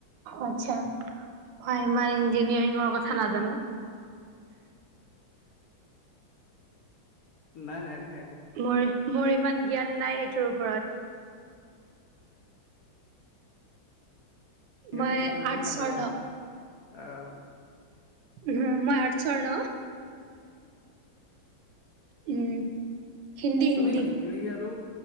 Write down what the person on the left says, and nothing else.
নাই-নাই-নাই,
সেইটো
টপিবলৈকে
নাযাওঁ আমি অহ,
তুমি ডিগ্ৰী আৰু